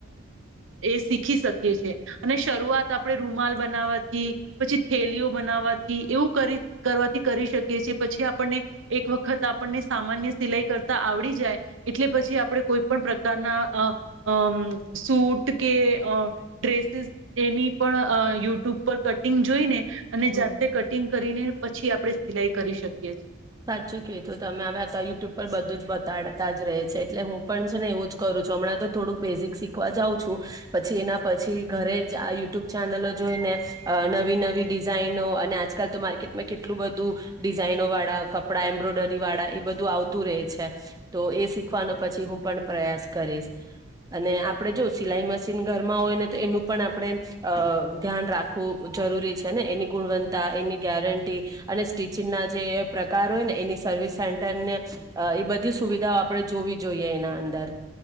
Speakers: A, on the right; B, on the right.
A: એ શીખી શકીએ છીએ અને શરૂઆત આપણે રૂમાલ બનાવવાથી પછી થેલીઓ બનાવવાથી એવું કરવાથી કરી શકીએ છીએ પછી આપણને એક વખત આપ આપણને સામાન્ય સિલાઈ કરતા આવડી જાય એટલે પછી આપણે કોઈ પણ પ્રકારના સૂટ કે ડ્રેસીસ એની પણ યુટ્યુબ પર કટિંગ જોઈને અને
B: હમ
A: જાતે કટિંગ કરીને પછી આપડણે સિલાઈ કરી શકીએ છીએ.
B: સાચ કે તો તમે હવે આ તો યુટ્યુબ પણ બધું જ બતાડતા જ રહે છે એટલે હું પણ છે ને એવું જ કરું છું હમણાં તો થોડુંક બેઝિક શીખવા જાઉં છું પછી એના પછી ઘરે જ આ યુટ્યુબ ચેનલો જોઈને નવી નવી ડિઝાઇનો અને આજકાલ તો માર્કેટમાં કેટલું બધું ડિઝાઇનો વાળા કપડા એમ્બ્રોઇડરી વાળા એ બધું આવતું રહે છે તો એ શીખવાનો પછી હું પણ પ્રયાસ કરીશ. અને, આપડે જો સિલાઈ મસી ન ઘરમાં હોય ને, તો એનું પણ આપણે ધ્યાન રાખવું જરૂરી છે ને, એની ગુણવત્તા એની ગેરંટી અને સ્ટિચિંગના જે પ્રકાર હોય ને એની સર્વિસ સેન્ટર ને, એ બધી સુવિધાઓ આપણે જોવી જોઈએ, એના અંદર.